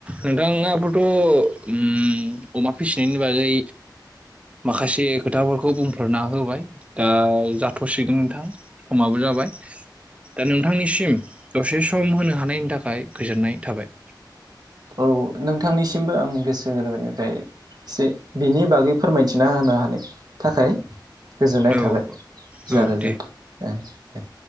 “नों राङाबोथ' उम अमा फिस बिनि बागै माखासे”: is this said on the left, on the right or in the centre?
Right